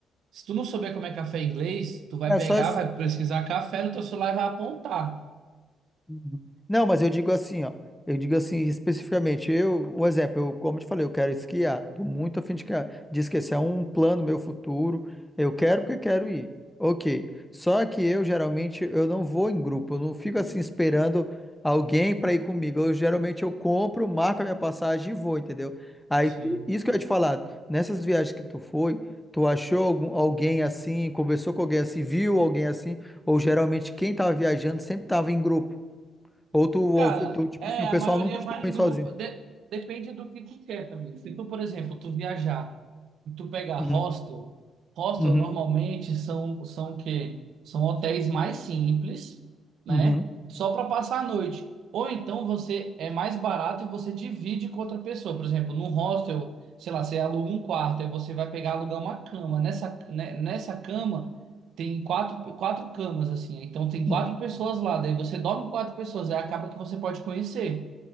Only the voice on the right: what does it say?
Se tu não souber como é café em inglês, tu vai
pegar,
vai pesquisar café no teu celular e vai apontar.
Sim.
Cara,
é,
a maioria
vai em
grupo.
De- depende do que tu quer também. Se tu, por exemplo, tu viajar e tu pegar
hostel, hostel
normalmente são, são o quê? São hotéis mais simples, né?
Só para passar a noite. Ou então você é mais barato e você divide com outra pessoa. Por exemplo, num hostel, sei lá, você aluga um quarto, aí você vai pegar alugar uma cama. Nessa, né, nessa cama. Tem quatro, quatro camas, assim. né? Então tem
quatro pessoas lá. Daí você dorme com quatro pessoas. Aí acaba que você pode conhecer.